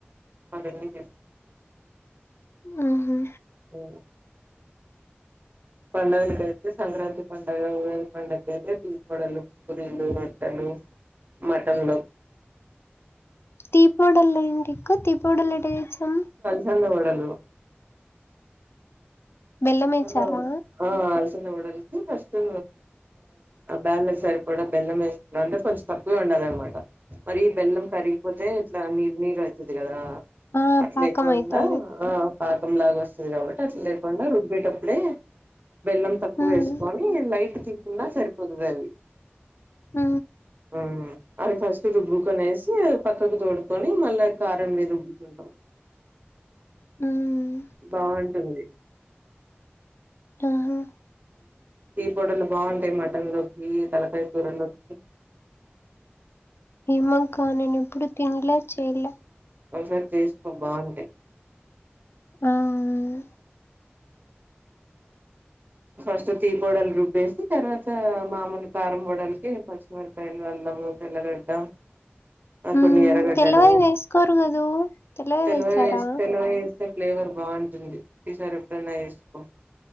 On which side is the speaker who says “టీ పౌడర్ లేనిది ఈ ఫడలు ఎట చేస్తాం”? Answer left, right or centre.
Left